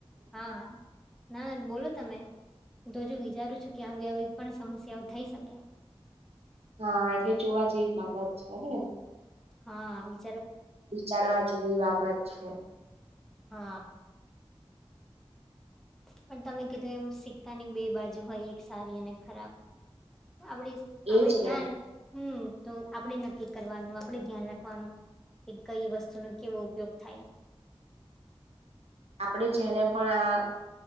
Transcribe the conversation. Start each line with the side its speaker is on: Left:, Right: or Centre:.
Centre: હા હા ના ના બોલો તમે હ તો હજુ વિચારું છું કે આવી આવી પણ સમસ્યાઓ થઈ શકે
Right: હા એટલે જોવા જેવી બાબત છે અ એમ
Centre: હા આવી
Right: વિચારવા જેવી બાબત છે
Centre: હા પણ તમે કીધું એમ સિક્કાની બે બાજુ હોય એક સારી અને ખરાબ આપડી આપડ
Right: એજ
Centre: ધ્યાન
Right: ને
Centre: હમ તો આપણે નક્કી કરવાનું આપડ ધ્યાન રાખવાનું કે કઈ વસ્તુનોો કેવો ઉપયોગ થાય
Right: આપડે જને પણ આ